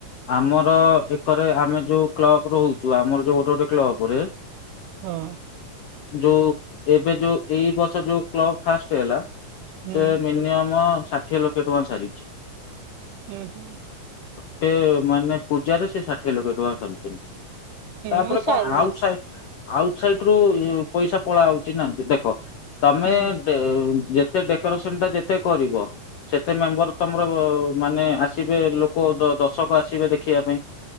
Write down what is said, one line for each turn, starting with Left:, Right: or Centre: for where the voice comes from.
Left: ଆମର। ପରେ ଆମେ ଯୋଉ କ୍ଲବ ରହୁଛୁ, ଆମର ଯୋଉ ଗୋଟେ, ଗୋଟେ କ୍ଲବ ରେ
Right: ହଁ।
Left: ଯୋଉ, ଏବେ ଯୋଉ, ଏଇ ବର୍ଷ ଯୋଉ କ୍ଲବ, ଫାଷ୍ଟ ହେଲା।
Right: ହୁଁ
Left: ସେ ମିନିମମ ଷାଠିଏ ଲକ୍ଷ ଟଙ୍କା ସାରିଛି।
Right: ହୁଁ, ହୁଁ।
Left: ଗୋଟେ ମାନେ ପୂଜାରେ, ସେ ଷାଠିଏ ଲକ୍ଷ୍ୟ ଟଙ୍କା ସାରୁଛନ୍ତି। ତାପରେ
Right: ହୁଁ ସାରୁଛନ୍ତି
Left: କଣ, ଆଉଟ ସାଇଟ୍ ଆଉଟ ସାଇଟ୍ ରୁ ପଇସା ପଲେଇଆସୁଛିନା। ଦେଖ ତମେ
Right: ହୁଁ
Left: ଯେତେ ଡେକୋରେସନଟା, ଯେତେ କରିବ, ସେତେ ମେମ୍ବର ତମର, ମାନେ ଆସିବେ ଲୋକ, ଦର୍ଶକ ଆସିବେ ଦେଖିବା ପାଇଁ।